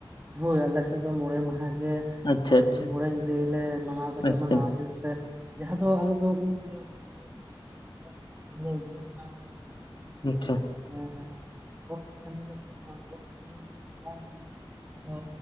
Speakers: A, on the right; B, on the left.
A: ᱦᱳᱭ ᱟᱞᱮᱥᱮᱫ ᱫᱚ ᱢᱚᱬᱮ ᱢᱟᱦᱟ ᱜᱮ
B: ᱟᱪᱪᱷᱟ
A: ᱢᱚᱬᱮ
B: ᱟᱪᱪᱷᱟ
A: ᱥᱤᱧ ᱢᱚᱬᱮ ᱧᱤᱫᱟᱹᱞᱮ ᱢᱟᱱᱟᱣ ᱫᱚᱞᱮ
B: ᱟᱪᱪᱷᱟ
A: ᱢᱟᱱᱟᱣᱟ ᱪᱮᱫᱟᱜ ᱥᱮ ᱡᱟᱦᱟᱸ ᱫᱚ ᱟᱞᱮ ᱫᱚ ᱩᱢ ᱦᱤᱞᱳᱜ <inaudible> ᱜᱚᱰᱮᱛ ᱦᱟᱲᱟᱢ <unintelligible> ᱥᱤᱢ ᱠᱩᱲᱟ.
B: ᱟᱪᱪᱷᱟ
A: ᱭ ᱮ ᱜᱚᱴ ᱴᱟᱸᱰᱤ ᱨᱮ ᱵᱚᱴ ᱴᱟᱸᱰᱤ ᱨᱮ ᱵᱚᱸᱜᱟᱭ ᱞᱟᱹᱜᱤᱫ ᱟᱫᱚ